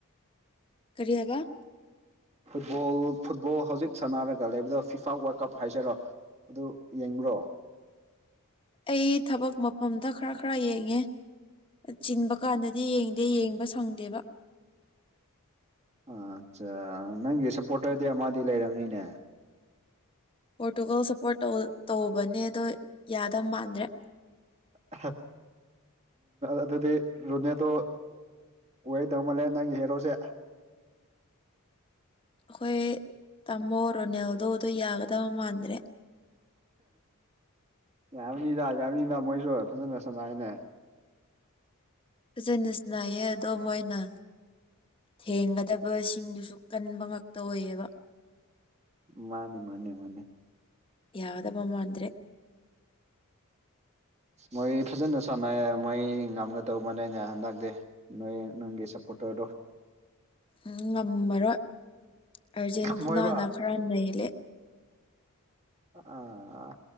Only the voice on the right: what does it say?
ꯐꯨꯠꯕꯣꯜ ꯐꯨꯠꯕꯣꯜ ꯍꯧꯖꯤꯛ ꯁꯅꯥꯔꯒ ꯂꯩꯕꯗ ꯐꯤꯐꯥ ꯋꯥꯔꯜ ꯀꯞ ꯍꯥꯏꯖꯔꯣ ꯑꯗꯨ ꯌꯦꯡꯕ꯭ꯔꯣ
ꯑ ꯑꯠꯆꯥ ꯅꯪꯒꯤ ꯁꯞꯄꯣꯔꯇꯔꯗꯤ ꯑꯃꯗꯤ ꯂꯩꯔꯝꯅꯤꯅꯦ
ꯑꯍ ꯑꯗꯨꯗꯤ ꯔꯣꯅꯦꯗꯣ ꯑꯣꯏꯋꯦ ꯇꯧꯃꯜꯂꯦ ꯅꯪꯒꯤ ꯍꯦꯔꯣꯁꯦ
ꯌꯥꯝꯅꯤꯗ ꯌꯥꯝꯅꯤꯗ ꯃꯣꯏꯁꯨ ꯐꯖꯅ ꯁꯅꯥꯏꯅꯦ
ꯃꯥꯅꯦ ꯃꯥꯅꯦ ꯃꯥꯅꯦ
ꯃꯣꯏ ꯐꯖꯅ ꯁꯥꯟꯅꯩ ꯃꯣꯏ ꯉꯝꯒꯗꯧꯕ ꯅꯦꯅꯦ ꯍꯟꯗꯛꯇꯤ ꯅꯣꯏ ꯅꯪꯒꯤ ꯁꯞꯄꯣꯔꯇꯔꯗꯣ
ꯉꯝꯃꯣꯏꯕ
ꯑꯥ